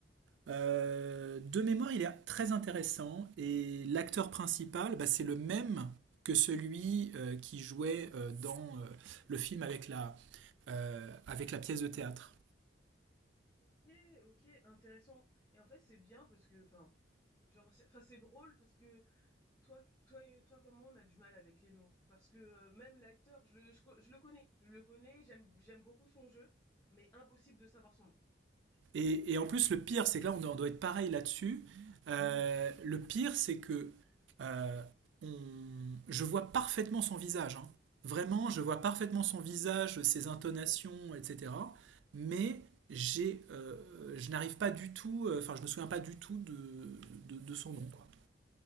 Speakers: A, on the right; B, on the left.
A: Euh, de mémoire, il est très intéressant et l'acteur principal, bah, c'est le même que celui euh, qui jouait euh, dans euh, le film avec la, euh, avec la pièce de théâtre.
B: OK, OK, intéressant et en fait, c'est bien parce que enfin, genre, c'est enfin, c'est drôle parce que toi toi et toi comme moi, on a du mal avec les noms parce que, heu, même l'acteur, je je co je le connais. Je le connais, j'aime j'aime beaucoup son jeu, mais impossible de savoir son nom.
A: Et, et en plus, le pire, c'est que là, on doit, on doit être pareil là-dessus. Euh, le pire, c'est que euh, on- je vois parfaitement son visage. hein. Vraiment, je vois parfaitement son visage, ses intonations, etc. Mais j'ai, euh, je n'arrive pas du tout, euh, enfin, je me souviens pas du tout de, de- de son nom, quoi.